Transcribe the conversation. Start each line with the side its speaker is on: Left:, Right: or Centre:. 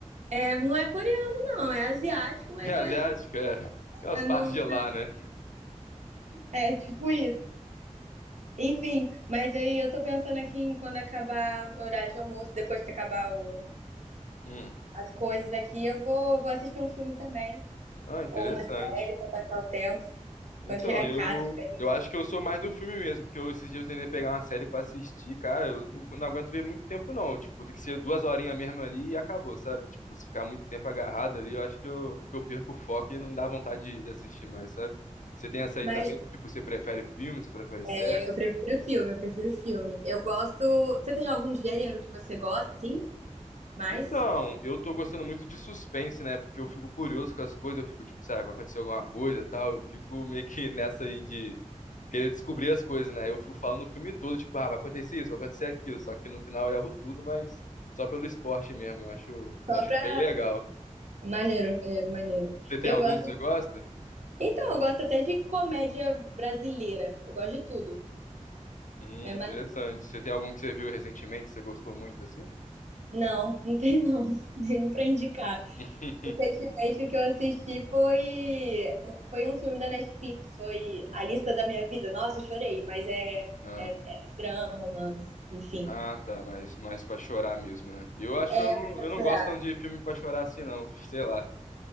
Right: É, não é coreano, não. É asiático, mas
Left: É asiático,
Right: eu acho que
Left: é. Aquelas
Right: é,
Left: partes
Right: no,
Left: de lá, né?
Right: é tipo isso. Enfim, mas aí eu tô pensando aqui em quando acabar o horário de almoço, depois que acabar o,
Left: Hum.
Right: as coisas aqui, eu vou, vou assistir um filme também,
Left: Ah, interessante.
Right: ou uma série para passar o tempo,
Left: Então,
Right: quando chegar
Left: eu,
Right: em casa. estiver livre.
Left: eu acho que eu sou mais do filme mesmo, porque eu, esses dias eu tentei pegar uma série pra assistir, cara, eu não, não aguento ver muito tempo não, tipo, tem que ser duas horinhas mesmo ali e acabou, sabe? Tipo, se ficar muito tempo agarrado ali, eu acho que eu, que eu perco o foco e não dá vontade de, de assistir mais, sabe? Você tem essa aí
Right: Mas
Left: também, tipo, você prefere filme, você prefere série?
Right: é, eu prefiro filme, eu prefiro filme. Eu gosto.
Left: Hum.
Right: Você tem algum gênero que você gosta, assim? Mais?
Left: Então, eu tô gostando muito de suspense, né? Porque eu fico curioso com as coisas, eu fico tipo, sabe, vai acontecer alguma coisa e tal, eu fico meio que <laughs> nessa aí de querer descobrir as coisas, né? Eu fico falando o filme todo, tipo, ah, vai acontecer isso, vai acontecer aquilo. Só que no final eu erro tudo, mas só pelo esporte mesmo. Eu acho,
Right: Só
Left: tô achando
Right: pra.
Left: bem legal.
Right: Maneiro, maneiro, maneiro.
Left: Você tem
Right: Eu
Left: algum
Right: gosto.
Left: que você gosta?
Right: Então, eu gosto até de comédia brasileira. Eu gosto de tudo.
Left: Hum,
Right: É maneiro.
Left: interessante. Você tem algum que você viu recentemente, que você gostou muito assim?
Right: Não, <laughs> não tem não. <laughs> Nenhum pra indicar.
Left: <laughs>
Right: Recentemente, o que eu assisti foi, foi um filme da Netflix, foi A Lista da Minha Vida. Nossa, eu chorei, mas é,
Left: Ah,
Right: é, é drama, romance, enfim.
Left: ah, tá, mas mais para chorar mesmo, né? Eu acho
Right: É,
Left: que eu não,
Right: mas pra
Left: eu não
Right: chorar.
Left: gosto tanto de filme pra chorar assim, não. <laughs> Sei lá.